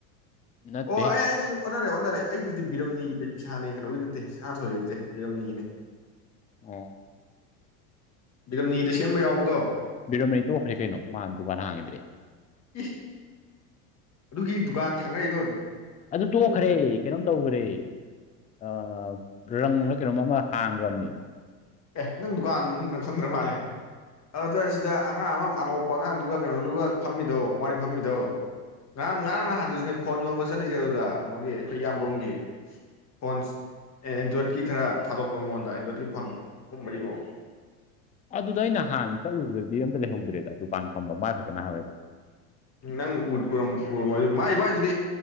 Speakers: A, on the left; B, on the left.
A: ꯅꯠꯇꯦ
B: ꯑꯣ ꯑꯩꯁꯤꯗ ꯑꯣꯟꯅꯔꯦ ꯑꯣꯟꯅꯔꯦ ꯑꯩꯁꯤꯗꯤ ꯕꯤꯔꯝꯅꯤꯒꯤ ꯄꯩꯁꯥꯅꯦ ꯀꯩꯅꯣꯒꯤ ꯅꯠꯇꯦ ꯁꯥꯅꯥꯊꯣꯏꯒꯤ ꯅꯠꯇꯦ ꯕꯤꯔꯝꯅꯤꯒꯤꯅꯦ
A: ꯑꯣ
B: ꯕꯤꯔꯝꯅꯤꯗ ꯁꯦꯝꯕ ꯌꯥꯎꯕꯗꯣ
A: ꯕꯤꯔꯝꯃꯅꯤ ꯇꯣꯛꯈ꯭ꯔꯦ ꯀꯩꯅꯣ ꯃꯥ ꯗꯄꯀꯥꯟ ꯍꯥꯡꯈꯤꯗ꯭ꯔꯦ
B: ꯏ ꯑꯗꯨꯒꯤ ꯗꯨꯀꯥꯟ ꯊꯪꯅꯔꯛꯏꯗꯣ
A: ꯑꯗꯨ ꯇꯣꯛꯈꯔꯦ ꯀꯩꯅꯣꯝ ꯇꯧꯒꯔꯦ ꯑꯥ ꯔꯪꯂꯥ ꯀꯩꯅꯣꯝ ꯑꯃ ꯍꯥꯡꯒ꯭ꯔꯝꯅꯤ
B: ꯑꯦ ꯅꯪ ꯗꯨꯀꯥꯟꯅ ꯈꯪꯗ꯭ꯔ ꯃꯥꯜꯂꯦ ꯑꯗꯨꯗ ꯁꯤꯗ ꯑꯉꯥꯡ ꯑꯃ ꯑꯅꯧꯄ ꯑꯉꯥꯡꯗꯨꯒ ꯀꯩꯅꯣꯗꯨꯒ ꯐꯝꯃꯤꯗꯣ ꯋꯥꯔꯤ ꯐꯝꯃꯤꯗꯣ ꯉꯔꯥꯡ ꯉꯔꯥꯡ ꯅꯍꯥꯟꯗꯁꯤꯅꯦ ꯐꯣꯟ ꯌꯣꯟꯕ ꯆꯠꯂꯤꯁꯦ ꯑꯗꯨꯗ ꯀꯩꯅꯣꯒꯤ ꯑꯩꯈꯣꯏ ꯌꯥꯝꯕꯒꯤ ꯐꯣꯟꯁ ꯑꯦ ꯑꯦꯟꯗ꯭ꯔꯣꯏꯗꯀꯤ ꯈꯔ ꯊꯥꯗꯣꯛꯄ ꯃꯉꯣꯟꯗ ꯑꯦꯟꯗ꯭ꯔꯣꯏꯗꯀꯤ ꯐꯣꯟ ꯍ ꯃꯔꯤꯃꯣ
A: ꯑꯗꯨꯗ ꯑꯩꯅ ꯍꯥꯟꯅ ꯆꯠꯂꯨꯕꯗꯗꯤ ꯑꯝꯇ ꯂꯩꯍꯧꯗ꯭ꯔꯦꯗ ꯗꯨꯀꯥꯟ ꯐꯝꯕ ꯃꯥꯥ ꯈꯛꯇ ꯉꯥꯏꯍꯧꯔꯦꯗ
B: ꯅꯪ ꯎꯔ ꯎꯔꯃꯣꯏ ꯃꯥꯥꯏ ꯃꯥꯏ ꯑꯗꯨꯗꯤ